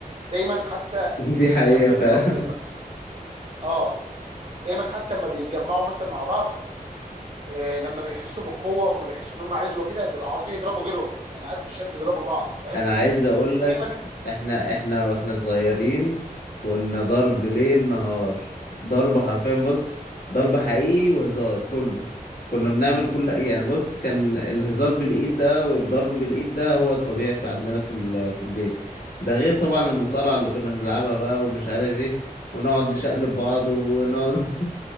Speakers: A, on the right; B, on the left.
A: دايما حتى
B: <laughs> دي حقيقة
A: لما
B: فعلا
A: بي... لما اه دايما حتى لما بيتجمعوا مثلا مع بعض آه، لما بيحسوا بالقوه وما بيحسوا ان هم عزوه كده بيبقوا عاوزين يضربوا غيرهم يعني عارف مش شرط يضربوا بعض فاهم
B: انا عايز اقول
A: بيبقوا
B: لك
A: دايما
B: احنا احنا واحنا صغيرين كنا ضرب
A: مم.
B: ليل نهار ضرب حرفيا بص ضرب حقيقي وهزار كله كنا بنعمل كل يعني
A: مم.
B: بص كان الهزار بالايد ده والضرب بالايد ده هو الطبيعي في عندنا في ال... في البيت ده غير طبعا
A: طب
B: المصارعة اللي كنا بنلعبها بقى ومش عارف ايه ونقعد نشقلب بعض ونقعد